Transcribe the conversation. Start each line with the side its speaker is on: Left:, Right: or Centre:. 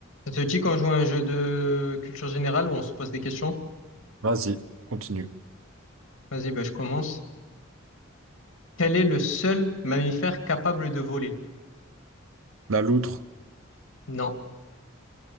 Left: Ça te dit qu'on joue à un jeu de culture générale où on se pose des questions?
Right: Vas-y, continue.
Left: Vas-y, bah, je commence. Quel est le seul mammifère capable de voler?
Right: La loutre,
Left: Non.